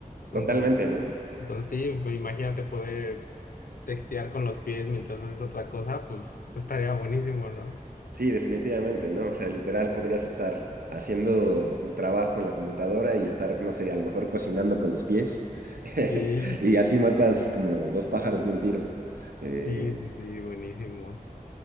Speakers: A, on the right (about 85°); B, on the left (about 75°).
A: Totalmente,
B: entonces,
A: ¿no?
B: entonces sí, pues imagínate poder textear con los pies mientras haces otra cosa, pues estaría buenísimo, ¿no?
A: Sí, definitivamente, ¿no? O sea, literal podrías estar haciendo tu trabajo en la computadora y estar, no sé, a lo mejor cocinando con los pies <laughs>
B: Sí,
A: y así matas como dos pájaros de un tiro. Eh,
B: sí, sí, sí, buenísimo.